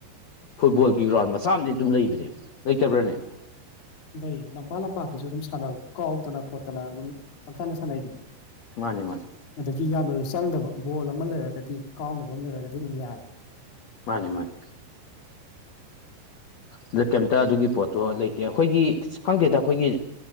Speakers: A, on the left (about 60°); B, on the left (about 45°).
A: ꯐꯨꯠꯕꯣꯜꯒꯤ ꯒ꯭ꯔꯥꯎꯟ ꯃꯆꯥ ꯑꯃꯗꯤꯗꯤ ꯑꯗꯨꯝ ꯂꯩꯕꯅꯦꯕ ꯂꯩꯇꯕ꯭ꯔꯅꯦ
B: ꯑꯩꯩ ꯂꯝꯄꯥꯛ ꯂꯝꯄꯥꯛꯇꯁꯨ ꯑꯗꯨꯝ ꯁꯥꯟꯅꯕꯗ ꯀꯥꯎꯗꯅ ꯈꯣꯠꯇꯅ ꯑꯗꯨꯝ ꯄꯪꯁꯥꯅ ꯁꯥꯟꯅꯩꯗꯅ
A: ꯃꯥꯅꯦ ꯃꯥꯅꯦ
B: ꯑꯗꯒꯤ ꯌꯥꯝꯅꯁꯨ ꯆꯪꯗꯕ ꯕꯣꯜ ꯑꯃ ꯂꯩꯔꯒꯗꯤ ꯀꯥꯎꯅꯕ ꯑꯃ ꯂꯩꯔꯒꯗꯤ ꯑꯗꯨꯝ ꯌꯥꯔꯦ
A: ꯃꯥꯅꯤ ꯃꯥꯅꯤ
B: <unintelligible>
A: ꯑꯗ ꯀꯩꯝꯇ ꯑꯗꯨꯒꯤ ꯄꯣꯠꯇꯣ ꯂꯩꯇꯦ ꯑꯩꯈꯣꯏꯒꯤ ꯈꯪꯒꯦꯗ ꯑꯩꯈꯣꯏꯒꯤ